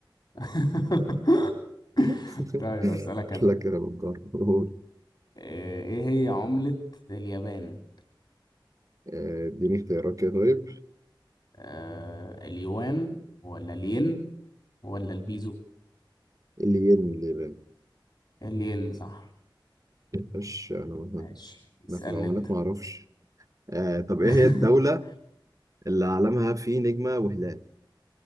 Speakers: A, on the left; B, on the right.
A: <laughs>
B: <laughs>
A: طيب أسألك أنا
B: لك انا بتجرب قول.
A: آه، إيه هي عملة اليابان
B: آه، اديني اختيارات كده طيب
A: آه، اليوان ولا الين ولا البيزو
B: الين اليابان
A: الين صح
B: مش انا مثلا
A: ماشي اسألني
B: انا في العملات
A: أنت
B: ما اعرفش آه طب
A: <laughs>
B: ايه هي الدولة اللي علمها فيه نجمة وهلال